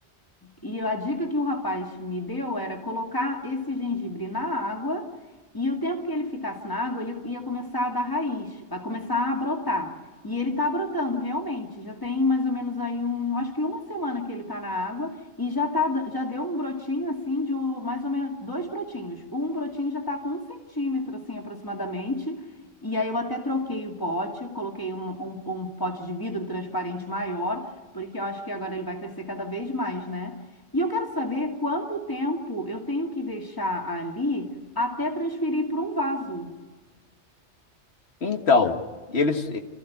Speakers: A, on the left (about 20°); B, on the left (about 70°).
A: e, e a dica que o rapaz me deu era colocar esse gengibre na água e o tempo que ele ficasse na água, ele ia começar a dar raiz, vai começar a brotar. E ele está brotando realmente, já tem mais ou menos aí um, acho que uma semana que ele está na água e já tá, da- já deu um brotinho assim de um- mais ou menos dois brotinhos. Um brotinho já está com um centímetro assim aproximadamente. E aí eu até troquei o pote, eu coloquei um, um um pote de vidro transparente maior porque eu acho que agora ele vai crescer cada vez mais, né? E eu quero saber quanto tempo eu tenho que deixar ali até transferir para um vaso.
B: então eles, e-